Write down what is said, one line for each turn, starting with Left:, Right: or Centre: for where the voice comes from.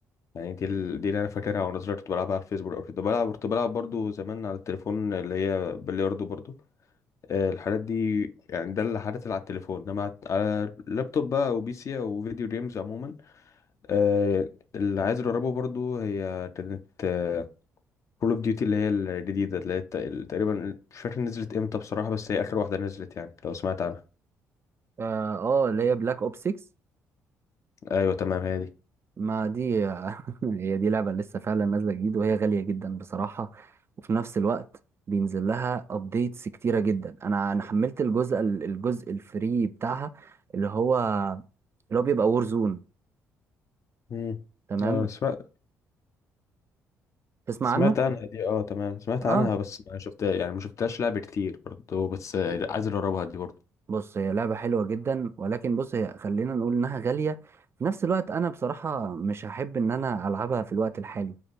Left: يعني دي ال... دي اللي انا فاكرها وانا صغير كنت بلعبها على الفيسبوك او كده بلعب كنت بلعب برضو زمان على التليفون اللي هي بلياردو برضو آه الحاجات دي يعني ده اللي حدث على التليفون انما على على اللابتوب بقى او بي سي او فيديو جيمز عموما آه اللي عايز اجربه برضو هي كانت آه، كول اوف ديوتي اللي هي الجديدة اللي هي الت- ال- تقريبا مش فاكر نزلت امتى بصراحة بس هي آخر واحدة نزلت يعني لو سمعت عنها
Right: اه آه، اللي هي بلاك اوب 6
Left: ايوه تمام هي دي
Right: ما دي <laughs> هي دي لعبة لسه فعلا نازلة جديد وهي غالية جدا بصراحة وفي نفس الوقت بينزل لها ابديتس كتيرة جدا انا انا حملت الجزء الجزء الفري بتاعها اللي هو اللي هو بيبقى وور زون
Left: امم
Right: تمام
Left: اه سمعت
Right: تسمع
Left: سمعت
Right: عنه؟
Left: عنها دي اه تمام سمعت
Right: اه
Left: عنها بس ما شفتها يعني ما شفتهاش لعب كتير برضه بس آه، عايز اجربها دي برضه
Right: بص هي لعبة حلوة جدا ولكن بص هي خلينا نقول إنها غالية في نفس الوقت أنا بصراحة مش هحب إن أنا ألعبها في الوقت الحالي